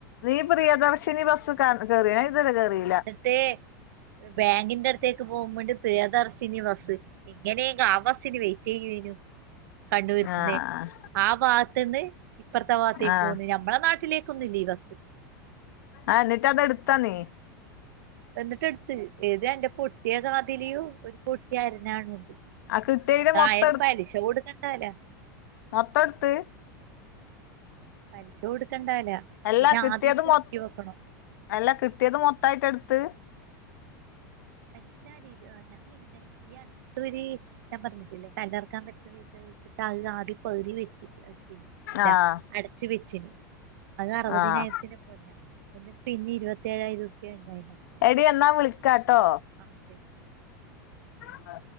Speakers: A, on the left (about 70°); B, on the right (about 70°).
A: നീ പ്രിയദർശിനി ബസ്സ് കാ കറിയോ ഞാൻ ഇതുവരെ കേറിയില്ല
B: തേ ഏഹ് ബാങ്കിന്റെ അട്ത്തേക്ക് പോവുമ്പണ്ട് പ്രിയദർശിനി ബസ്സ് എങ്ങനേങ്ങാ ആ ബസ്സിന് വെയിറ്റെയ്യുവേനു കണ്ണൂര്ന്ന്
A: ആഹ്
B: ആ ഭാത്ത്ന്ന് ഇപ്പറ്ത്തെ വാത്തേക്ക്
A: ആഹ്
B: പോന്ന് ഞ മ്മളെ നാട്ടിലേക്കൊന്നുയില്ല ഈ ബസ്സ്
A: ആഹ് ഇന്നിട്ടത് എട്ത്തോന്നി
B: എന്നിട്ടെട്ത്ത് ഏത് എന്റെ പൊട്ടിയ കാതിലിയും ഒരു പൊട്ടിയ അരഞ്ഞാണൂണ്ട്
A: ആ കിട്ടിയേല്
B: അതായാലും
A: മൊത്തം
B: പലിശ കൊടുക്കെണ്ടാല്ലോ
A: മൊത്തോട്ത്ത്
B: പലിശ കൊടുക്കണ്ടാല്ലോ
A: എല്ലാ
B: പിന്നെ
A: കിട്ടിയത്
B: ആദ്യം ഈ പുതുക്കി
A: മൊ
B: വെക്കണം
A: അല്ല കിട്ടിയത് മൊത്തായിട്ടെട്ത്ത്
B: എന്നാ <unintelligible> ആഹ് ഞാൻ പിന്നെ ഈയട്ത്തൊര് ഞാൻ പറ്ഞ്ഞിട്ടില്ലേ കല്ലറ്ക്കാൻ വെച്ച പൈസ വെച്ചിട്ട് അഹ് ആദ്യം പവുതി വെച്ച് അഹ് ഇട്ത്തീനി അല്ല
A: ആഹ്
B: അടച്ച് വെച്ച്നി അത് അറുവതിനായിരത്തിന്
A: ആഹ്
B: <unintelligible> എന്നിട്ട് പിന്നിം ഇരുപത്തിയേഴായിരം ഉറുപ്പ്യ ഇണ്ടായിനു അടക്കാൻ
A: ടീ എന്നാ വുളിക്കാട്ടോ
B: ആഹ് ശരി
A: ആ